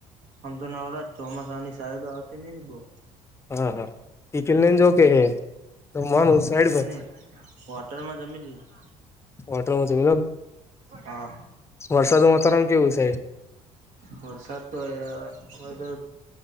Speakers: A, on the right (about 70°); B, on the left (about 20°).
A: આમ તો નવરાત ચોમાસાની સાયડ આવતી નહિ ને બઉ
B: હા હા <unintelligible> ને જો કે હે માનું સાઈડ પર
A: <unintelligible> હોટેલ માં જમી લીધું
B: હોટલમાં જમી લો
A: હા
B: વરસાદનું વાતાવરણ કેવું છે ઈ સાઈડ
A: વરસાદ તો હે આર વરસાદ